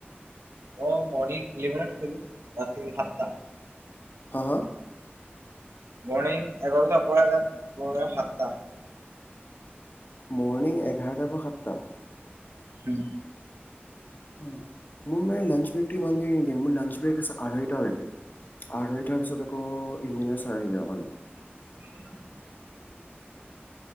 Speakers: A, on the right; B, on the left.
A: অ' মৰ্ণিং ইলেভেনত থাকো ৰাতি সাতটা।
B: হা', হা'
A: মৰ্ণিং এঘাৰটাৰ পৰা সাতটা।
B: মৰ্ণিং এঘাৰটাৰ পৰা সাতটা?
A: উম।
B: উম, মোৰ মনে লঞ্চ ব্ৰেক টো ইমান দেৰি নিদিয়ে, মোৰ লঞ্চ ব্ৰেক আছে আঢ়ৈ টা লৈকে। আঢ়ৈতাৰ পিছত আকৌ ইঞ্জিনিয়াৰ চাৰ আহি যাই মানে।
A: <unintelligible>